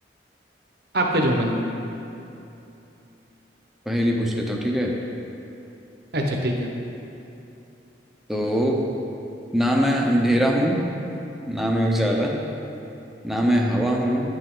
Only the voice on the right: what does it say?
आपका जो मन
अच्छा ठीक है